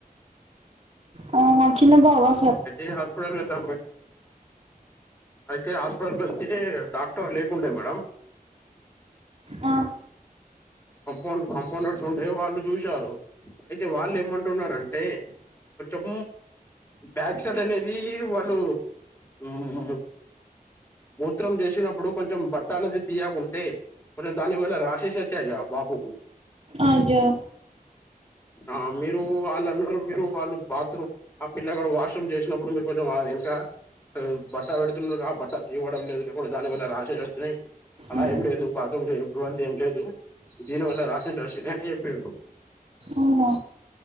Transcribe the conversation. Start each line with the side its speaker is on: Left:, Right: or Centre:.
Right: ఆ, మా చిన్న బాబా సార్
Left: అయితే హాస్పిట వెళ్ అయితే హాస్పిటల్కి వెళ్చ్చి డాక్టర్ లేకుండే మేడం
Right: ఆ,
Left: కంపౌ కంపౌండర్స్ ఉండే వాళ్ళు చూసారు అయితే వాళ్ళు ఏమంటున్నారంటే కొంచెం బ్యాక్సైడ్ అనేది వాళ్ళు ఉమ్ మూత్రం చేసినప్పుడు కొంచెం బట్ట అనేది తీయకుంటే కొంచెం దాని వ రాశస చయయి బాబూకు
Right: అయో
Left: ఆ మీరు వాళ్ళున్నారు మీరు వాళ్ళు బాత్రూమ్ ఆ పిల్లగడ వాష్రూమ్ చేసినప్పుడు మీరు కొంచెం ఇంకా బట్ట పెడుతున్నారు ఆ బట్ట తీవ్వడం లేదు లేకుడా దాని వల్ల రాసే వచ్చినాయి అలా
Right: ఉమ్,
Left: ఏం లేదు బాత్రూమ్ చేయ ఇ వంద ఏం లేదు దీన వాలా రషాస్ వాచియా అని చెపిండు
Right: అవునా